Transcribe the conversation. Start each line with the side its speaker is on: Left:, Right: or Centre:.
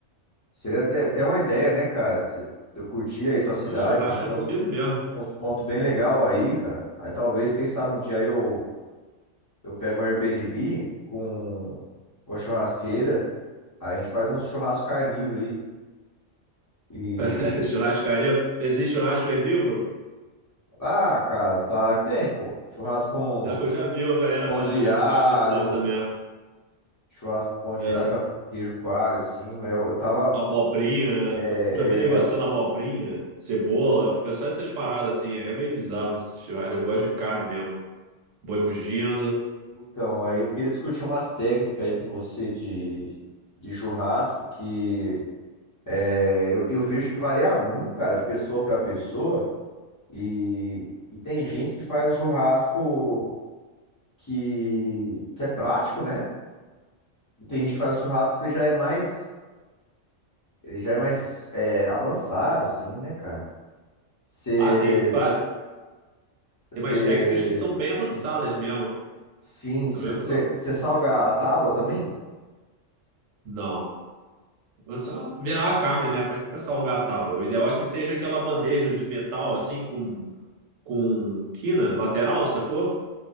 Left: Seria até, até uma ideia, né, cara? Se eu curtir aí tua cidade,
Right: Pô, churrasco
Left: então você tem
Right: é comigo
Left: uns,
Right: mesmo.
Left: uns pontos bem legal aí, cara. Aí talvez, quem sabe, um dia aí eu, eu pego um Airbnb com uma churrasqueira, aí a gente faz um churrasco carnívoro aí. E.
Right: <laughs> Churrascaria. Existe churrasco herbívoro?
Left: Ah, cara, claro que tem, pô. Churrasco com
Right: Já que eu já vi a galera
Left: pão
Right: fazer
Left: de alho.
Right: churrasco de planta mesmo.
Left: Churrasco com pão de
Right: É,
Left: alho, churrasco com queijo coalho, assim, mas eu, eu tava.
Right: abobrinha,
Left: é,
Right: né? Eu já vi negociando
Left: é,
Right: abobrinha, cebola, fica só essas paradas assim. É meio bizarro esse churrasco. Eu gosto de carne mesmo. Boi mugindo.
Left: então, aí eu queria discutir umas técnicas aí com você de, de churrasco, que é, eu, eu vejo que varia muito, cara, de pessoa pra pessoa, e, e tem gente que faz um churrasco que, que é prático, né? E tem gente que faz um churrasco que já é mais, ele já é mais é, avançado, assim, né, cara? Você,
Right: Ah, tem, pá,
Left: você,
Right: tem umas técnicas que são bem
Left: sim.
Right: avançadas mesmo.
Left: Sim, você
Right: Eu mesmo que o meu.
Left: salga a tábua também?
Right: Não. É só virar a carne, né? Pra que que vai salgar a tábua? O ideal é que seja aquela bandeja de metal, assim, com com quina lateral, sacou?